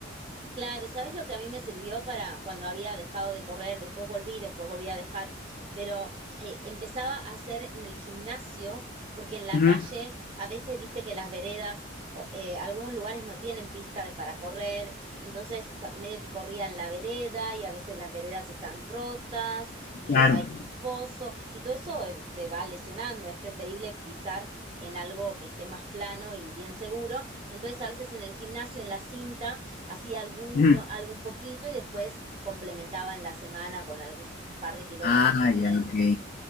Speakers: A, on the right; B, on the left.
A: Claro, ¿sabes lo que a mí me sirvió para cuando había dejado de correr? Después volví, después volví a dejar, pero eh, empezaba a hacer en el gimnasio, porque en la
B: Ujú,
A: calle a veces viste que las veredas, o, eh, algunos lugares no tienen pista de- para correr, entonces ca- medio que corría en la vereda y a veces las veredas están rotas y
B: claro.
A: hay un pozo y todo eso eh, te va lesionando, es preferible pisar en algo que esté más plano y bien seguro, entonces a veces en el gimnasio, en la cinta, hacía alguno,
B: Ujú.
A: algún poquito y después complementaba en la semana con algún par de kilómetros
B: Ah,
A: corriendo.
B: ya, ok.